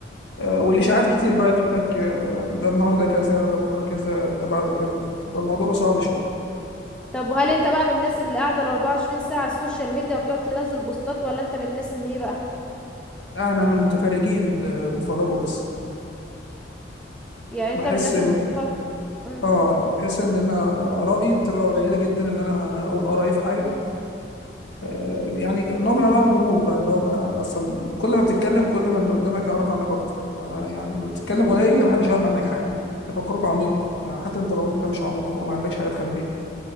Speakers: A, on the left; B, in the centre.
A: آه، والاشاعات كتير بقى يقول لك آه، ده النهارده كذا ده بكره كذا ده بعده كذا فالموضوع صعب شويه
B: طب وهل انت بقى من الناس اللي قاعدة الأربعة وعشرين ساعة على السوشيال ميديا وبتقعد تنزل بوستات ولا انت من الناس اللي ايه بقى
A: لا، انا من المتفرجين اللي بيتفرجوا بس
B: يعني
A: بحس
B: انت من الناس
A: ان
B: اللي بتتفرج امم
A: اه بحس ان انا ارائي بتبقى قليله جدا ان انا اقول ارائي في حاجه آه، يعني ك- نوع من انواع الغموض بقى اللي هو ما اصلا كل ما بتتكلم كل ما اللي قدامك هيعرف عنك اكتر ف- يعني ما بتتكلم قليل محدش يعرف عنك حاجه تفكرك عميق آه، حتى انت لو انت مش عميق وما عندكش حاجه تخبيها